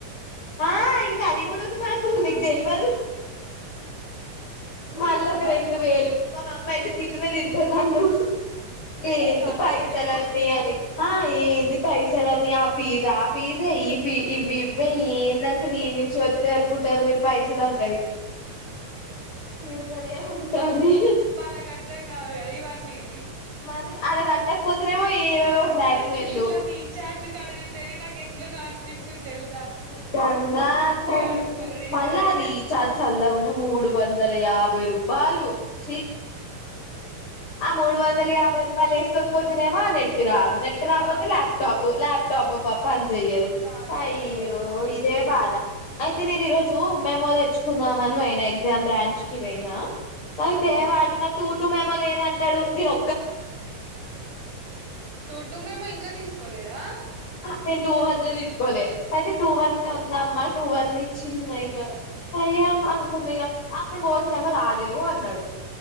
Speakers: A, on the left; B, on the right.
A: ఆ ఇంకా అది గుడుంది మాకు
B: ఆ
A: నీక్ తెల్వదు. మల్లొక
B: అమ్మ
A: రెండు వేలు మా మమ్మయితే తిట్టనే తిడ్తది నన్ను ఏంది
B: ఈ చదువు
A: పైసలన్నీ
B: కూడా ఏందో గాని
A: అని ఏంది పైసలన్నీ ఆ ఫీజా ఫీజ్ <unintelligible> ఏంది అసల్ ఎడ్నుంచి వత్తయి అనుకుంటాన్రు మీరు పైసలన్ తిడుతనే ఉంటాంది
B: వాళ్ళక్ అర్థం కావు కదా ఇవన్నీ అ
A: మరి ఆడ కట్ ట్టక్ పోతేనేమో ఏవేవో
B: అసలు
A: బ్లాక్ మెయిల్లు
B: ఇంట్ల రీఛార్జ్ అడిగితేనే నాక్ ఎట్లనో అనిపిస్తుం తెల్
A: నిజంగా సన్
B: అడుక్కునుడు ఏందిరా
A: మళ్ళా
B: అయ్యా
A: రీచార్జ్ చల్లగుండ మూడు వందల యాభై రూపాలు చి ఆ మూడు వందల యాభై భై రూపాయల్ ఏస్కోకపోతేనేమో నె ట్ రాదు. నెట్ రాక్పోతే
B: రాదు
A: ల్యాప్టాప్ ల్యాప్ టబు బ పన్ జేయ్యదు
B: రాదు
A: ఐ
B: కదా
A: అయ్యో
B: నాకు ఉమ్
A: ఇదే బాధ అయితే నేను ఈరోజు మెమో తెచ్చుకుదాం మని బోయినా ఎగ్జామ్ బ్రాంచ్ కి బోయినా అయితే
B: ఉమ్
A: వాడు నాటూ టు మెమో లేదంటడు మిరో
B: టూ టూ మెమో ఇంకా తీసుకోలేద్ ఆహ్హ్
A: నేన్ టూ వన్దే తీసుకోలే అయితే టూ వన్దే ఉందమ్మా టూ వన్దే ఇచ్చింది నాయ్ గ అయ్యా అనుకుంది ఇగ అప్పుడు బోతే నేమో రాలేవు అన్నాడు